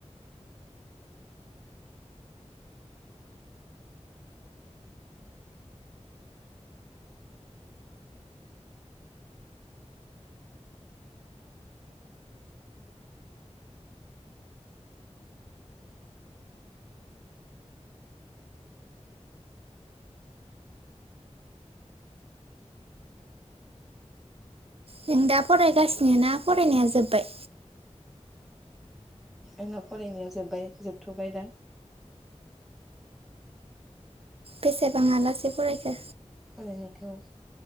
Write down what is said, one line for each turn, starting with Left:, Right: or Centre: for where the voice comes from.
Right: नों दा फरायगासिनो ना फरायनाया जोबबाय
Centre: आंना फरायनाया जोब्बाय जोबथ'बाय दा
Right: बेसेबाङालासे फरायखो
Centre: फरायनायखौ